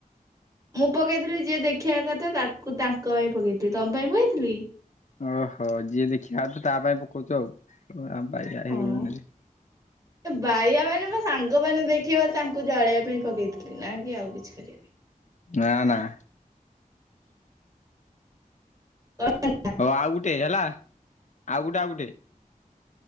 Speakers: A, on the right; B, on the left.
A: ମୁଁ ପକେଇଥିଲି ଯିଏ ଦେଖେଇିବା କଥା ତାକୁ ତାଙ୍କ ପାଇଁ ପକେଇଥିଲି ତମ ପାଇଁ ପକେଇଥିଲିକି।
B: ଓହୋ ଯିଏ ଦେଖିବା କଥା ତା ପାଇଁ ପକଉଚୁ ଆଉ। ଆମେ ବାଇଆ ହେଇଗଲୁଣିରେ।
A: ହଁ। ବାଇଆ ମାନେ ମୋ ସାଙ୍ଗମାନେ ଦେଖିବେ ବୋଲି ତାଙ୍କୁ ଜଳେଇବା ପାଇଁ ପକେଇଥିଲି। ନାଁ କି ଆଉ କିଛି କରିବା ପାଇଁ।
B: ନାଁ ନାଁ।
A: <inaudible>
B: ହ ଆଉ ଗୁଟେ ହେଲା ଆଉ ଗୁଟେ ଆଉ ଗୁଟେ।